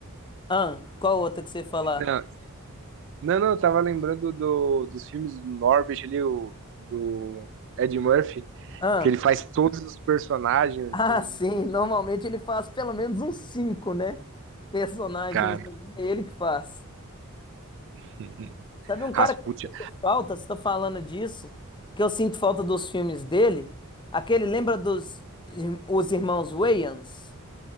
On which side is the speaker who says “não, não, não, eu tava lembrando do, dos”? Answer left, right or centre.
Right